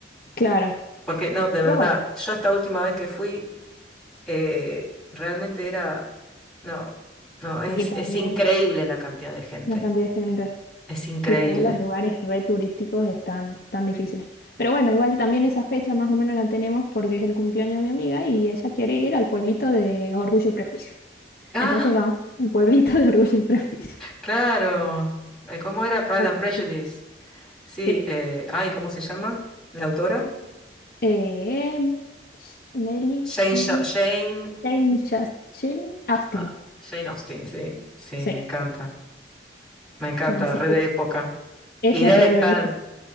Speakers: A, on the left; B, in the centre.
A: claro.
B: Porque no, de verdad,
A: Pero bueno,
B: yo esta última vez que fui, eh, realmente era. No, no, es,
A: y también
B: es increíble la cantidad de gente.
A: la cantidad de gente.
B: Es increíble.
A: Y también los lugares re turísticos están tan difíciles. Pero bueno, igual también esa fecha más o menos la tenemos porque es el cumpleaños de mi amiga y ella quiere ir al pueblito de Orgullo y Prejuicio.
B: Ah,
A: Entonces vamos <laughs> al pueblito de Orgullo y Prejuicio.
B: claro. Eh, ¿Cómo era Pride
A: Así
B: and Prejudice?
A: que,
B: Sí,
A: Sí.
B: eh, ay, ¿cómo se llama? ¿La autora?
A: Eh, Sh- Mary,
B: Jane,
A: Jamie,
B: Sha- Jane,
A: Jane, Just- Jane Austen.
B: ah, Jane Austen, sí, sí,
A: Sí.
B: me encanta, me encanta,
A: Así
B: re
A: que
B: de época.
A: ella
B: Y debe
A: es re
B: estar,